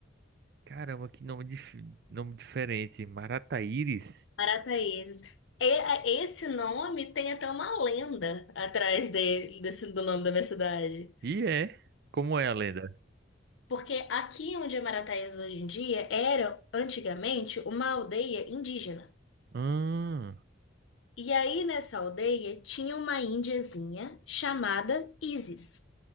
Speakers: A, on the right; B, on the left.
A: Caramba, que nome, dif... nome diferente. Marataíris?
B: Marataízes. E- a- Esse nome tem até uma lenda atrás dele, desse, do nome da minha cidade.
A: E é. Como é a lenda?
B: Porque aqui onde é Marataízes hoje em dia era, antigamente, uma aldeia indígena.
A: Ah,
B: E aí nessa aldeia tinha uma índiazinha chamada Isis.